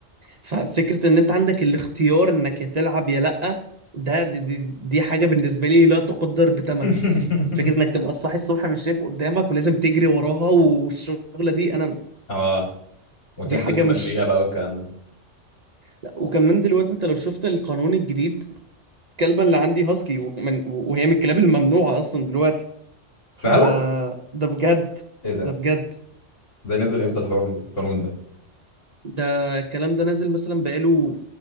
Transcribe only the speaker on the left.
<laughs>
اه وتنزل
تمشيها
بقى والكلام ده
فعلا
ايه ده
ده نزل امتى الحوار القانون ده